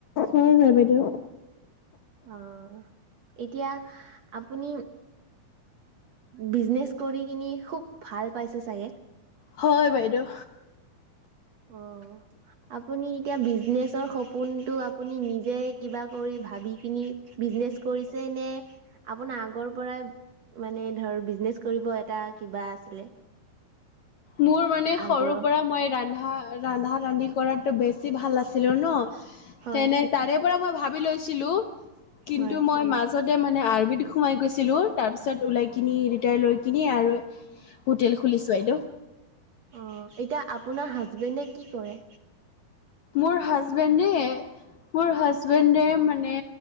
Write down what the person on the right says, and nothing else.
আহ, এতিয়া আপুনি বিজনেচ কৰি কিনি খুব ভাল পাইছে চাগে
অ', আপুনি এতিয়া বিজনেচ ৰ সপোনতটো আপুনি নিজে কিবা কৰি ভাবি কিিনি বিজনেচ কৰিছে নে আপোনাৰ আগৰ পৰাই মানে ধৰ বিজনেচ কৰিব এটা কিবা আছিলে
আগ্ৰহ
হয়
হয়
অ', এতিয়া আপোনাৰ হাজবেণ্ডে কি কৰে